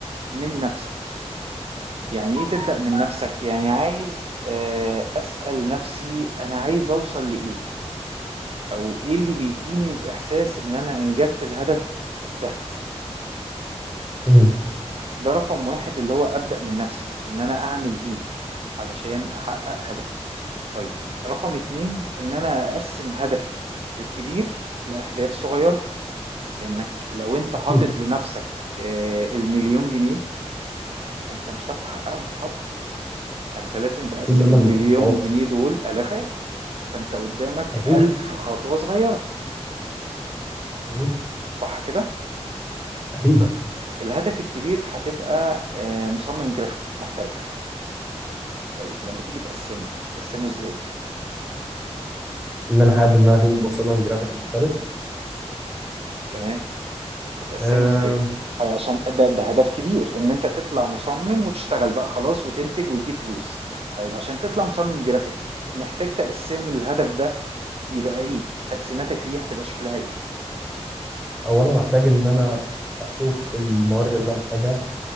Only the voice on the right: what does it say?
من نَفْسك. يعني إيه تبدأ من نفسك؟ يعني عايز آآ أسأل نفسي أنا عايز أوصل لإيه؟ أو إيه اللي بيدّيني الإحساس إن أنا أنجزت الهدف ده؟
ده رقم 1 اللي هو أبدأ من نفسي، إن أنا أعمل إيه علشان أحقق هدفي؟ طيب رقم 2 إن أنا أقسّم هدفي الكبير لأهداف صغيرة، لإنك لو أنت
حاطط لنفسك آآ ال1000000 جنيه أنت مش هتعرف تحققهم في خطوة. فانت لازم تقسم
المليون
جنيه دول الافات فانت قدامك
الف خطوه صغيره
صح كده
طيب الهدف الكبير هتبقى آه، مصمم جرافيك محترف طيب لما تيجي تقسمه هتقسمه ازاي
تمام هتقسمه
ازاي هي عشان ده, ده هدف كبير ان انت تطلع مصمم وتشتغل بقى خلاص وتنتج وتجيب فلوس طيب عشان تطلع مصمم جرافيك محتاج تقسمه الهدف ده يبقى ايه تقسيماتك ليه هتبقى شكلها ايه